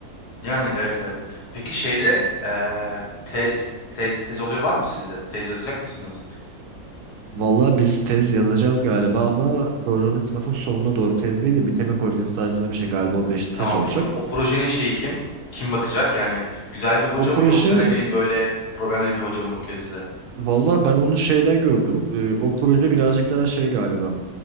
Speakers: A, on the left (about 75°); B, on the right (about 80°).
A: Yani evet evet. Peki şeyde eee, tez tez tez oluyor var mı sizde? Tez yazacak mısınız?
B: Valla biz tez yazacağız galiba ama dördüncü sınıfın sonuna doğru tez değil de bitirme projesi tarzında bir şey galiba o da işte
A: Tamam
B: tez olacak.
A: peki o projenin şeyi kim? Kim bakacak? Yani güzel bir hoca
B: O proje
A: mı yoksa ne bileyim böyle problemli bir hoca mı bakıyor size?
B: valla ben onu şeyde gördüm. Ee, o proje birazcık daha şey galiba.